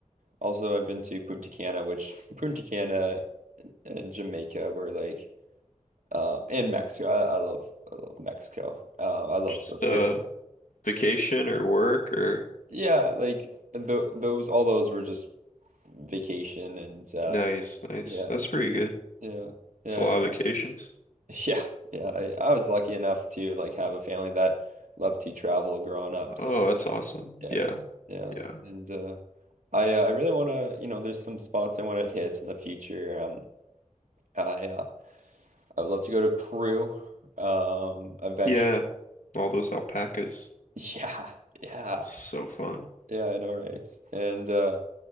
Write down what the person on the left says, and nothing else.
Just
uh
vacation or work or
nice, nice.
That's pretty good.
It's a lot of vacations.
Oh, that's awesome.
Yeah.
Yeah.
Yeah.
All those alpacas.
So fun.